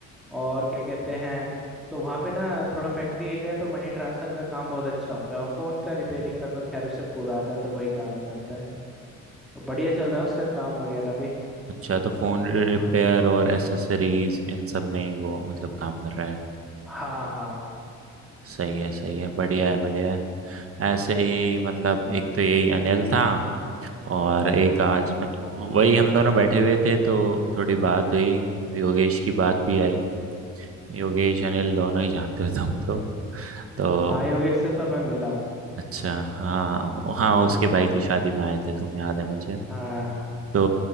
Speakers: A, in the centre; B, on the right.
A: और क्या कहते हैं तो वहाँ पे ना थोड़ा फैक्ट्री एरिया है तो मनी ट्रांसफर का काम बहुत अच्छा होता है और फोन का रिपेयरिंग का तो खैर उसे पूरा आता है तो वही काम करता है तो बढ़िया चल रहा है उसका काम वगैरह भी
B: अच्छा
A: तो
B: तो फोन रिपेयर
A: हाँ
B: और एसेसरीज इन सब में ही वो मतलब काम कर रहा है
A: हाँ हाँ
B: सही है सही है बढ़िया है बढ़िया है ऐसे ही मतलब एक तो यही अनिल था और एक आज मैं वही हम दोनों बैठे हुए थे तो थोड़ी बात हुई योगेश की बात भी आई योगेश अनिल दोनों ही जानते हो तुम तो तो
A: हाँ योगेश से तो मैं मिला हूँ
B: अच्छा हाँ वो- हाँ
A: हाँ
B: उसके भाई की शादी में आए थे तुम याद है मुझे
A: हाँ
B: तो